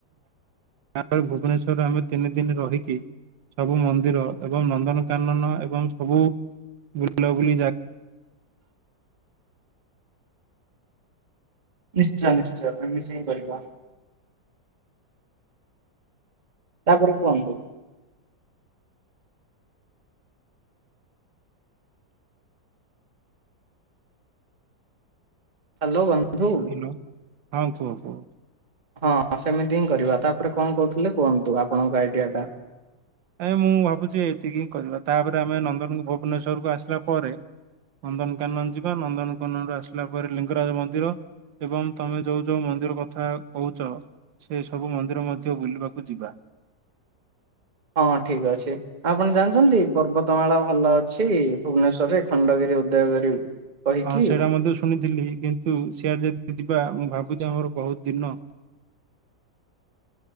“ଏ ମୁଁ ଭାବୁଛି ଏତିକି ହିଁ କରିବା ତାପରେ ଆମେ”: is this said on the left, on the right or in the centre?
Right